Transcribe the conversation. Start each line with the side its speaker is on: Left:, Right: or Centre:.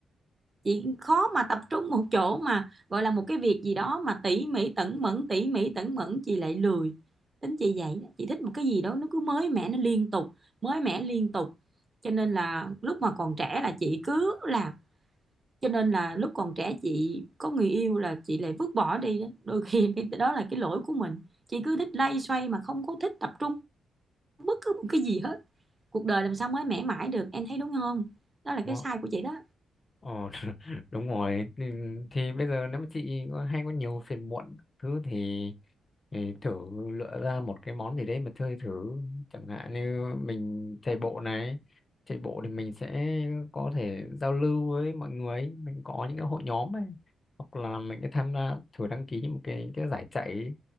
Right: chị khó mà tập trung một chỗ mà gọi là một cái việc gì đó mà tỉ mỉ tẩn mẫn tỉ mỉ tẩn mẫn chị lại lười tính chị vậy đó chị thích một cái gì đó nó cứ mới mẻ nó liên tục mới mẻ liên tục cho nên là lúc mà còn trẻ là chị cứ là cho nên là lúc còn trẻ chị có người yêu là chị lại vứt bỏ đi đó đôi khi <laughs> cái đó là cái lỗi của mình chị cứ thích lay xoay mà không có thích tập trung bất cứ một cái gì hết cuộc đời làm sao mới mẻ mãi được em thấy đúng không đó là cái
Left: đúng
Right: sai
Left: không?
Right: của chị đó
Left: Ờ, <laughs> đúng rồi thì, thì bây giờ nếu mà chị có, hay có nhiều phiền muộn thứ thì, thì thử lựa ra một cái món gì đấy mà chơi thử chẳng hạn như mình chạy bộ này chạy bộ thì mình sẽ có thể giao lưu với mọi người mình có những cái hội nhóm ấy hoặc là mình sẽ tham gia thử đăng ký một cái cái giải chạy